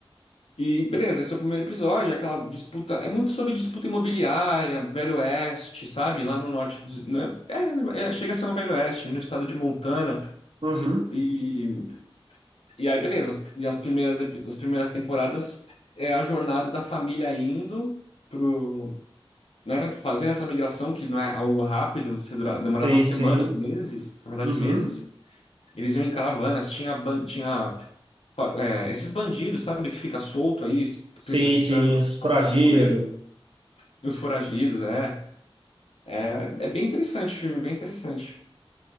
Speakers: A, on the left; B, on the right.
A: E beleza, esse é o primeiro episódio, aquela disputa. É muito sobre disputa imobiliária, Velho Oeste, sabe? Lá no norte, dos- né? É, é, chega a ser no Velho Oeste, no estado de Montana.
B: uhum,
A: E, e aí, beleza. E as primeiras, epi- as primeiras temporadas é a jornada da família indo pro, né? Fazendo essa migração, que não é algo rápido, você dura- demorava
B: sim,
A: semanas,
B: sim,
A: meses, na verdade,
B: uhum,
A: meses. Eles iam em caravanas, tinha, ban- tinha, é, esses bandidos, sabe? Que fica solto aí, es-
B: sim,
A: pensa- esperando
B: sim, os foragido.
A: passar de bobeira. Os Foragidos, é. É, é bem interessante o filme, bem interessante.